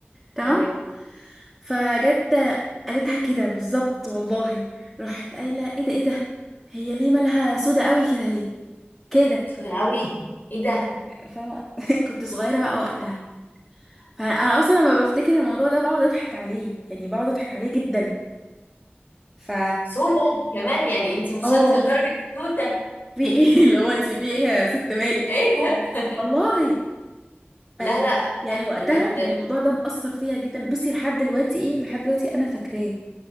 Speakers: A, in the centre; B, on the left.
A: تمام
B: تمام
A: فجت قالتها كده بالظبط والله راحت قايله ايه ده ايه ده هي ليه مالها سودا قوي كده ليه كده
B: سودة قوي ايه ده
A: فانا <laughs> كنت صغيره بقى وقتها فانا اصلا لما بفتكر الموضوع ده بقعد اضحك عليه يعني بقعد اضحك عليه جدا ف
B: سودة كمان يعني انتي وصلتي
A: اه
B: لدرجة سودة
A: في
B: <laughs>
A: ايه <laughs> اللي هو انت في ايه يا ست مالك
B: ايه ده <laughs>
A: والله
B: لا
A: آه، ف-
B: لا
A: يعني وقتها
B: بجد
A: كان الموضوع ده مأثر فيا جدا بصي لحد دلوقتي ايه لحد دلوقتي انا فاكراه